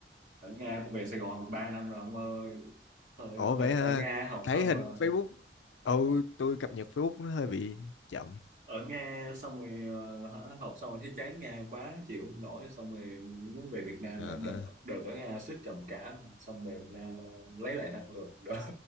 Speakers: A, on the right (about 45°); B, on the left (about 85°).
A: ở Nga tôi về Sài Gòn được 3 năm rồi ông ơi. Ờ,
B: Ủa vậy
A: Ở, ở,
B: ha,
A: ở Nga học
B: thấy
A: xong
B: hình
A: là
B: Facebook, ừ
A: ờ,
B: tôi cập nhật Facebook nó hơi bị chậm.
A: ở Nga xong rồi ờ, hả, học xong rồi thấy chán Nga quá chịu không nổi xong rồi muốn về Việt Nam
B: Ờ,
A: này đợt, đợt ở Nga suýt trầm cảm xong về Việt Nam ờ, lấy lại năng lượng <laughs> đó